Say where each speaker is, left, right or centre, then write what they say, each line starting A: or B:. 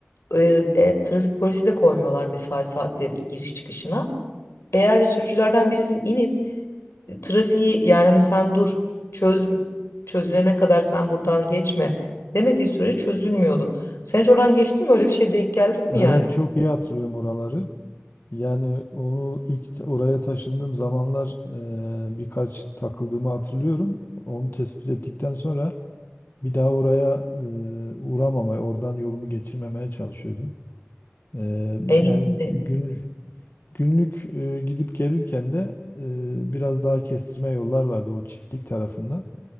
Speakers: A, on the left; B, on the left.
A: e, e, trafik polisi de koymuyorlar mesai saatleri giriş çıkışına. Eğer sürücülerden birisi inip trafiği yani hani sen dur çöz çözülene kadar sen buradan geçme demediği sürece çözülmüyordu. Sen hiç oradan geçtin mi? Öyle bir şeye denk geldin mi
B: Evet
A: yani?
B: çok iyi hatırlıyorum oraları. Yani onu ilk t- oraya taşındığım zamanlar e, birkaç takıldığımı hatırlıyorum. Onu tespit ettikten sonra bir daha oraya e, uğramamaya, oradan yolumu geçirmemeye çalışıyordum. E,
A: En
B: yani
A: iyisini.
B: gü- gün, günlük e, gidip gelirken de e, biraz daha kestirme yollar vardı o çiftlik tarafından.